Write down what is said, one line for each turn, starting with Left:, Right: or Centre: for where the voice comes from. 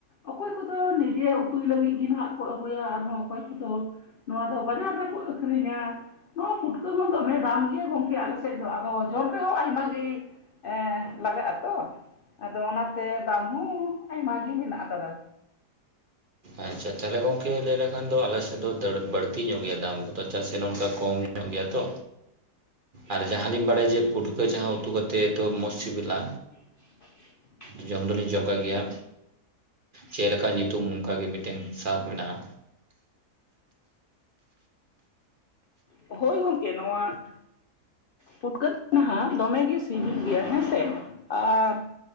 Left: ᱚᱠᱚᱭ ᱠᱚᱫᱚ ᱱᱤᱡᱟᱹ ᱩᱛᱩᱭ ᱞᱟᱹᱜᱤᱫ ᱜᱮ ᱱᱷᱟᱸᱜ ᱠᱚ ᱟᱹᱜᱩᱭᱟ ᱟᱨᱦᱚᱸ ᱚᱠᱚᱭ ᱠᱚᱫᱚ ᱱᱚᱣᱟ ᱫᱷᱚ ᱵᱟᱡᱟᱨ ᱨᱮᱠᱚ ᱟᱹᱠᱷᱨᱤᱧᱟ, ᱱᱚᱣᱟ ᱯᱩᱴᱠᱟᱹ ᱦᱚᱸ ᱫᱚᱢᱮ ᱫᱟᱢ ᱜᱮᱭᱟ ᱜᱚᱝᱠᱮ ᱟᱞᱮ ᱥᱮᱫ ᱫᱚ, ᱟᱫᱚ ᱡᱚᱢ ᱨᱮᱦᱚᱸ ᱟᱭᱢᱟ ᱜᱮ ᱮᱸ ᱞᱟᱜᱟᱜᱼᱟ ᱛᱚ ᱟᱫᱚ ᱚᱱᱟᱛᱮ ᱫᱟᱢ ᱦᱚᱸ ᱟᱭᱢᱟ ᱜᱮ ᱢᱮᱱᱟᱜ ᱟᱠᱟᱫᱟ᱾
Right: ᱟᱪ-ᱪᱷᱟ ᱛᱟᱦᱚᱞᱮ ᱜᱚᱝᱠᱮ ᱞᱟᱹᱭ ᱞᱮᱠᱷᱟᱱ ᱫᱚ ᱟᱞᱮ ᱥᱮᱫ ᱫᱚ ᱫᱟᱹᱲ ᱵᱟᱹᱲᱛᱤ ᱧᱚᱜ ᱜᱮᱭᱟ ᱫᱟᱢ ᱠᱚᱫᱚ ᱪᱟᱜ ᱥᱮ ᱱᱚᱝᱠᱟ ᱠᱚᱢ ᱧᱚᱜ ᱜᱮᱭᱟ ᱛᱚ᱾ ᱟᱨ ᱡᱟᱦᱟᱸ ᱞᱤᱧ ᱵᱟᱲᱟᱭᱟ ᱡᱮ ᱯᱩᱴᱠᱟᱹ ᱡᱟᱦᱟᱸ ᱩᱛᱩ ᱠᱟᱛᱮ ᱛᱚ ᱢᱚᱸᱥ ᱥᱤᱵᱤᱞᱟ᱾
Left: <inaudible>
Right: ᱡᱚᱢ ᱫᱚᱞᱤᱧ ᱡᱚᱢ ᱠᱟᱜ ᱜᱮᱭᱟ, ᱪᱮᱞᱠᱟ ᱧᱩᱛᱩᱢ ᱚᱱᱠᱟ ᱜᱮ ᱢᱤᱴᱮᱱ ᱥᱟᱫᱽ ᱢᱮᱱᱟᱜᱼᱟ᱾
Left: ᱦᱳᱭ ᱜᱚᱢᱠᱮ, ᱱᱚᱣᱟ ᱯᱩᱴᱠᱟᱹ <unintelligible> ᱫᱚᱢᱮ ᱜᱮ ᱥᱤᱵᱤᱞ ᱜᱮᱭᱟ ᱦᱮᱸ ᱥᱮ, ᱟᱨ